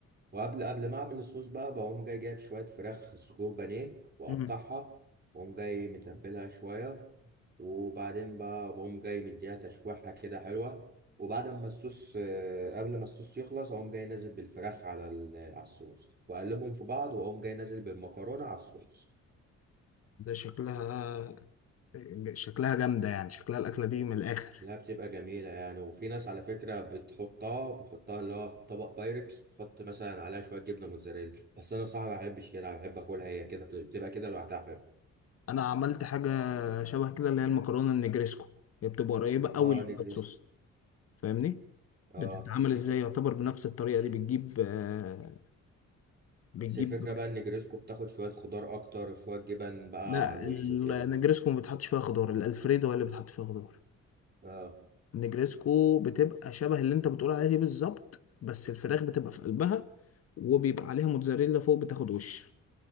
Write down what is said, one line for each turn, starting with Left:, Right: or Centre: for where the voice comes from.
Right: وقبل قبل ما اعمل الصوص بقى بقوم جاي جايب شويه فراخ صدور بانيه واقطعها
Left: مم.
Right: واقوم جاي متبلها شويه وبعدين بقى بقوم جاي مديها تشويحه كده حلوه وبعد ما الصوص آه، قبل ما الصوص يخلص اقوم جاي نازل بالفراخ على ال- على الصوص واقلبهم في بعض واقوم جاي نازل بالمكرونه على الصوص
Left: ده شكلها شكلها جامدة يعني شكلها الأكلة دي من الآخر
Right: لا بتبقى جميله يعني وفي ناس على فكره بتحطها بتحطها اللي هو في طبق بايركس تحط مثلا عليها شويه جبنه موتزاريلا بس انا صراحه ما بحبش كده بحب اكلها هي كده بتبقى كده لوحدها حلو
Left: أنا عملت حاجة شبه كده اللي هي المكرونة النجريسكو هي بتبقى قريبة أوي
Right: اه
Left: للوايت
Right: نجريسكو
Left: صوص فاهمني
Right: اه
Left: بتتعمل
Right: نج-
Left: إزاي يعتبر بنفس الطريقة دي بتجيب آه، بتجيب
Right: بس الفكرة بقى ان نجريسكو بتاخد شوية خضار اكتر وشوية جبن بقى
Left: لا
Right: على الوش وكده
Left: النجريسكو ما بتحطش فيها خضار الألفريدو هي اللي بتحط فيها خضار
Right: اه
Left: النجريسكو بتبقى شبه اللي أنت بتقول عليها دي بالظبط بس الفراخ بتبقى في قلبها وبيبقى عليها موتزاريلا فوق بتاخد وش